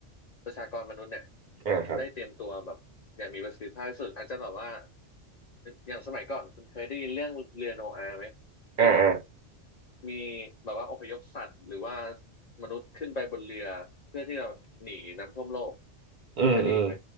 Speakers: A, on the left; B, on the right.
A: ประชากรมนุษย์เนี่ย
B: อ่าครับ
A: ได้เตรียมตัวแบบอย่างมีประสิทธิภาพที่สุดอาจจะแบบว่าอย่างสมัยก่อนคุณเคยได้ยินเรื่องเรือโนอาห์ไหมที่แบบ
B: อ่าอ่า
A: มีแบบว่าอพยพสัตว์หรือว่ามนุษย์ขึ้นไปบนเรือเพื่อที่จะหนีน้ำท่วมโลก
B: อืมอืม
A: คุณเคยได้ยินไหม